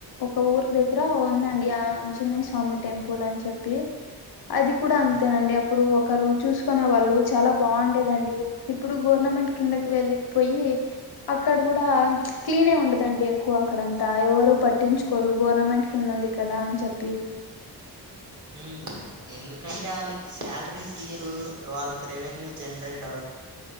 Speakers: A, on the left; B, on the right.
A: ఒక ఊరు దగ్గర ఉందండి ఆంజనేయస్వామి మమ్మీ టెంపుల్ అని చెప్పి అది కూడా అంతేనండి
B: ఆ,
A: అప్ప అప్పుడు ఒకరు చూసుకునే వాళ్ళు చాలా బాగుండేదండి ఇప్పుడు గవర్నమెంట కిందకి వెళ్ళిపొయ్యి అక్కడ కూడా క్లీన్ ఉండదండి ఎక్కువ అక్కడంతా ఎవరో పట్టించుకోరు గవర్నమెంట్ కింద ఉంది కదా అని చెప్పి
B: హూమ్ ఎందుకంటే వాళ్ళకి శాలరీస్ ఇయ్యరు వాళ్ళకి రెవెన్యూ జనరేట్